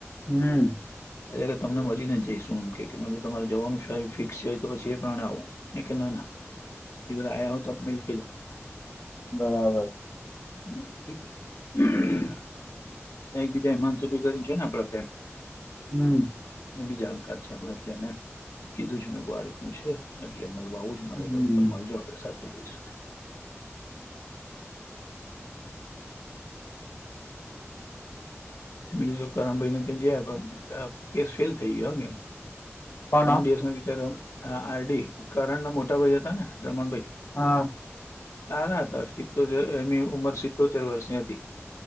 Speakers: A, on the left; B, on the left.
A: હમ
B: અત્યારે તમને મળી ને જઈશું એમ કે મે તમારે જવાનું ફિક્સ છે હોય તો પછી એ પ્રાણે આવું એ કે ના ના ધર આયા હો ત મિલ કે જાઉ
A: બરાબર.
B: હમ <inaudible> <unintelligible> એકબીજા હમાનસ સુભી કરી છે ને આપડ્યાં.
A: હમ
B: ને બી જાણકાર છે એટલે એને કીધું છે મેં ગ્વારીકું છે એટલે મળવા આવું મારે
A: હમ
B: બાબતો મળજો આપડે સાથે જઈશું બીજું તો કરણ ભાઈ ને ત્યાં જયા કેસ ફેલ થઈ ગયો એ
A: કોણ
B: ત્રણ દિવસ ન બચાર આરડી કરણ ના મોટાભાઈ હતા ને રમણભાઈ
A: હા
B: ના ના હતા સિત્તોતેર એમની ઉંમર સિતતોતેર વર્ષની હતી